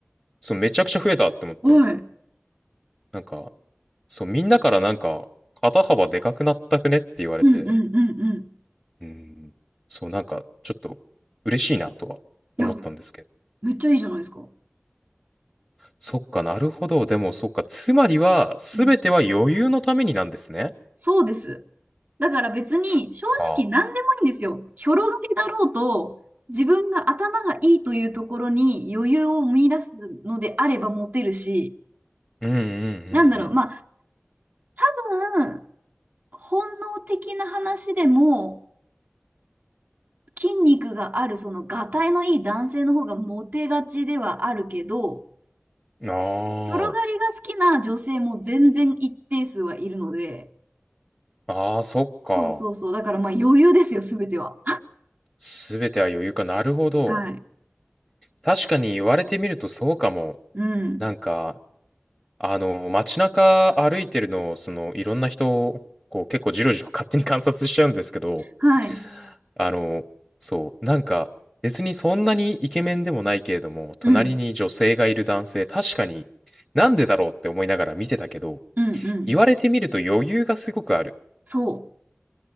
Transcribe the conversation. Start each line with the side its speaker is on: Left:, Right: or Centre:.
Centre: そう、めちゃくちゃ増えたって思って、
Right: <laughs> はい。
Centre: なんか、そう、みんなからなんか、肩幅でかくなったくねって言われて、
Right: うんうんうんうん。
Centre: うん。そう、なんか、ちょっと嬉しいなとは思ったんですけど。
Right: いや、めっちゃいいじゃないですか。
Centre: そっかなるほど。でも、そっか。つまりは、すべては余裕のためになんですね。
Right: うん。そうです。だから別に正直何でもいいんですよ。
Centre: そっか。
Right: 広がりだろうと、自分が頭がいいというところに余裕を見出すのであればモテるし、
Centre: うんう
Right: なんだろう。まあ、
Centre: ん
Right: 多分本能的な話でも、筋肉がある、その、がたいのいい男性の方がモテがちではあるけど、
Centre: うんうん。
Right: 広がりが好きな女性も全然一定数はいるので、
Centre: ああ。ああ、そっか。
Right: そうそうそう。だからまあ余裕ですよ、すべては。
Centre: すべては余裕か。なるほど。
Right: はい。
Centre: 確かに言われてみるとそうかも。
Right: うん。
Centre: なんか、あの、街中歩いてるのを、その、いろんな人こう、結構じろじろ勝手に観察しちゃうんですけど、
Right: はい。
Centre: あの、そう、なんか、別にそんなにイケメンでもないけれども、隣に女性がいる男性、
Right: うん。
Centre: 確かになんでだろうって思いながら見てたけど、
Right: うん。うん。
Centre: 言われてみると余裕がすごくある。
Right: そ